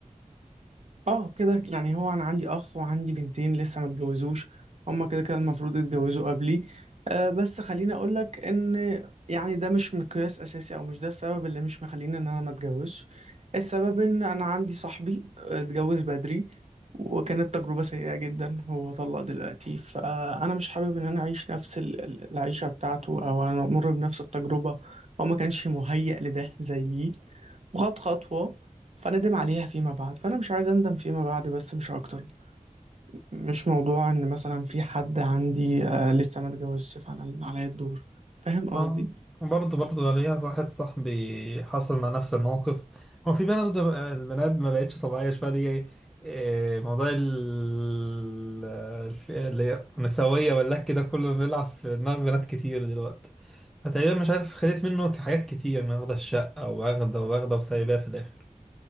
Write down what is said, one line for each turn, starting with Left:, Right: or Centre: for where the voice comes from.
Right: اه كده يعني هو انا عندي اخ وعندي بنتين لسه ما اتجوزوش هما كده كده المفروض يتجوزوا قبلي آه بس خليني اقول لك ان يعني ده مش مقياس اساسي او مش ده السبب اللي مش مخليني ان انا ما اتجوزش السبب ان انا عندي صاحبي آه، اتجوز بدري وكانت تجربة سيئة جدا هو طلق دلوقتي فانا مش حابب ان انا اعيش نفس ال- ال- العيشة بتاعته او انا امر بنفس التجربة هو ما كانش مهيأ لده زيي وخد خطوة فندم عليها فيما بعد فانا مش عايز اندم فيما بعد بس مش اكتر مش موضوع ان مثلا في حد عندي آه لسه ما اتجوزش فانا اللي عليا الدور فاهم قصدي
Centre: آه، برضه برضه ليا واحد صاحبي حصل مع نفس الموقف هو في بنات البنات ما بقتش طبيعية شوية دي إيه، موضوع ال- الف- اللي هي النسوية والله كده كله بيلعب في دماغ بنات كتير دلوقتي فتقريبا مش عارف خدت منه حاجات كتير إنه واخدة الشقة واخدة واخدة وسايباها في الآخر